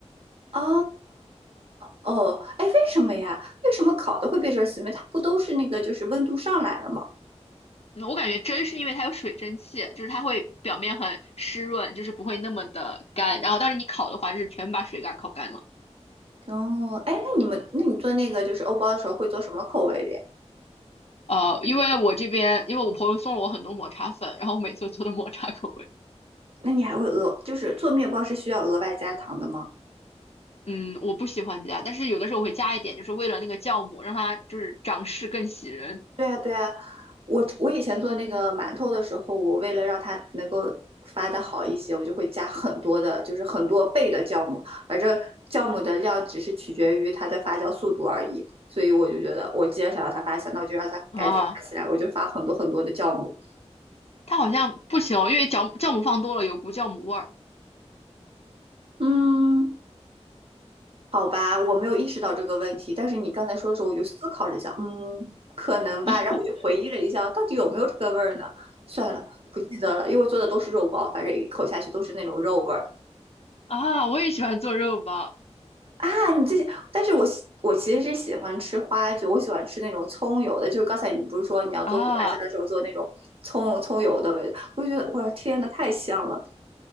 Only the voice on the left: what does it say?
嗯我感觉蒸是因为它有水蒸气，就是它会表面很湿润，就是不会那么的干。然后，但是你烤的话，就是全把水给它烤干了。
呃，因为我这边，因为我朋友送了我很多抹茶粉，然后我每次做的抹茶口味，
嗯，我不喜欢加，但是有的时候我会加一点，就是为了那个酵母，让它就是长势更喜人
啊。
它好像不行，因为酵酵母放多了有股酵母味儿
<laughs>
啊。我也喜欢做肉包
啊。